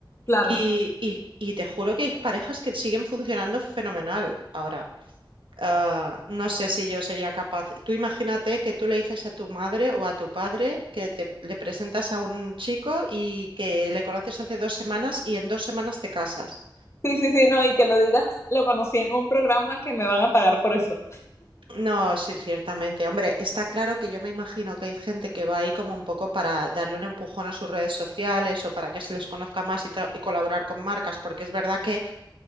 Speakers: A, on the left (about 35°); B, on the right (about 80°).
A: <laughs> Claro.
B: Y, y, y te juro que hay parejas que siguen funcionando fenomenal ahora. Ah, no sé si yo sería capaz. Tú imagínate que tú le dices a tu madre o a tu padre que te le presentas a un chico y que le conoces hace dos semanas y en dos semanas te casas.
A: Sí, sí, sí, no, y que lo digas, lo conocí en un programa que me van a pagar por eso.
B: No, sí, ciertamente. Hombre, está claro que yo me imagino que hay gente que va ahí como un poco para darle un empujón a sus redes sociales o para que se les conozca más y, tra- y colaborar con marcas, porque es verdad que